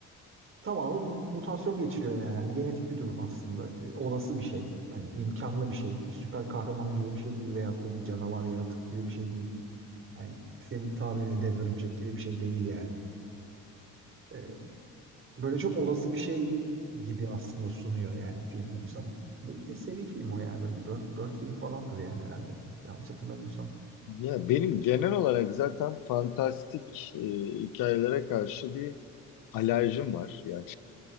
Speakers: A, on the right (about 40°); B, on the left (about 75°).
A: tamamı bir mutasyon geçiriyor yani. Hani genetik bir durum aslında. E, Olası bir şey. Hani imkanlı bir şey. Bir süper kahraman gibi bir şey değil veyahut da bir canavar yaratık gibi bir şey değil. Hani senin tabirine dev örümcek gibi bir şey değil yani. E, böyle çok olası bir şey gibi aslında sunuyor yani film bunu sana. Bir de seri film o yani böyle bir dört, dört film falandır yani herhalde. Yanlış hatırlamıyorsam.
B: Ya benim genel olarak zaten fantastik e, hikayelere karşı bir alerjim var. Yani